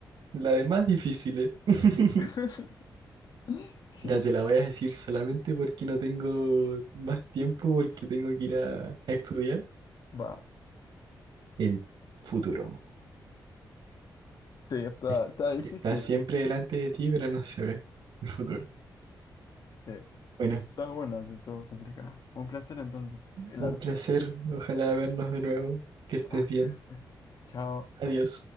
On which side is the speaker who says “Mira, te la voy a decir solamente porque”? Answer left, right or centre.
Right